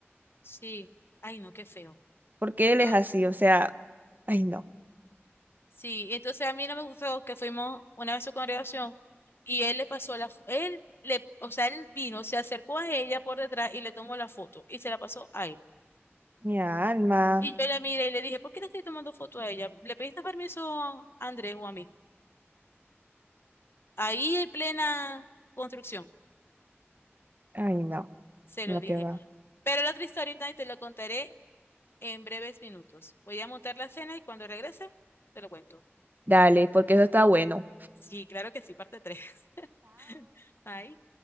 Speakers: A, on the left (about 60°); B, on the right (about 45°).
A: Sí, ay, no, qué feo.
B: Porque él
A: Yo
B: es así, o sea, ay no.
A: Sí, entonces a mí no me gustó que fuimos una vez a su congregación y él le pasó la, fo- él le, o sea, él vino, se acercó a ella por detrás y le tomó la foto y se la pasó a él.
B: Mi alma.
A: Y yo la miré y le dije, ¿por qué le estoy tomando foto a ella? ¿Le pediste permiso a Andrés o a mí? Ahí en plena construcción,
B: Ay no.
A: se
B: Lo
A: lo dije.
B: que va.
A: Pero la otra historia y te lo contaré en breves minutos. Voy a montar la cena y cuando regrese, te lo cuento.
B: Dale, porque eso está bueno.
A: Sí, claro que sí, parte 3. <laughs> Bye.